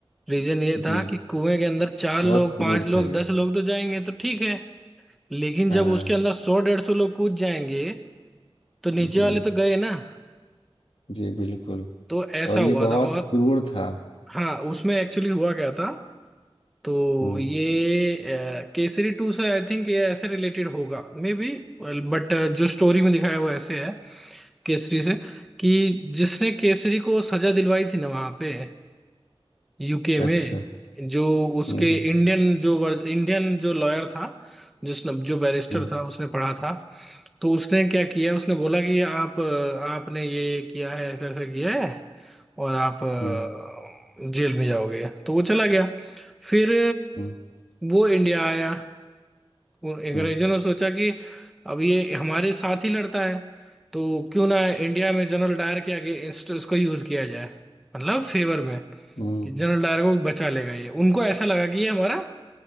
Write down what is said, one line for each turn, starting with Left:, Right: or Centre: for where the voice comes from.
Centre: रीजन ये
Left: जी
Centre: था कि कुएं के अंदर चार
Left: बहुत
Centre: लोग
Left: क्रूर
Centre: पांच लोग
Left: था ये
Centre: दस लोग तो जाएंगे तो ठीक है लेकिन
Left: हाँ
Centre: जब उसके अंदर सौ डेढ़ सौ लोग कूद जाएंगे तो नीचे
Left: जी
Centre: वाले तो गए ना
Left: जी बिल्कुल
Centre: तो ऐसा
Left: और
Centre: हुआ
Left: ये बहुत
Centre: था और
Left: क्रूर था
Centre: हाँ उसमें एक्चुअली हुआ क्या था तो
Left: हम्म
Centre: ये अ, केसरी टू से आई थिंक ये ऐसे रिलेटेड होगा मे बी बट जो स्टोरी में दिखाया है वो ऐसे है केसरी से कि जिसने केसरी को सजा दिलवाई थी ना वहां पे यूके में
Left: अच्छा
Centre: जो उसके
Left: हम्म
Centre: इंडियन जो वर, इंडियन जो लॉयर था जिसने जो बैरिस्टर
Left: हम्म
Centre: था उसने पढ़ा था तो उसने क्या किया उसने बोला कि आप अ, आपने ये ये किया है ऐसा ऐसा किया है और आप अ,
Left: हम्म
Centre: जेल में जाओगे तो वो चला गया फिर
Left: हम्म
Centre: वो इंडिया आया उन अंग्रेजों
Left: हम्म
Centre: ने सोचा कि अब ये हमारे साथ ही लड़ता है तो क्यों ना इंडिया में जनरल डायर के आगे इंस्ट- इसको यूज किया जाए मतलब फेवर में
Left: हम्म हम्म।
Centre: कि जनरल डायर को बचा लेगा ये उनको ऐसा लगा कि ये हमारा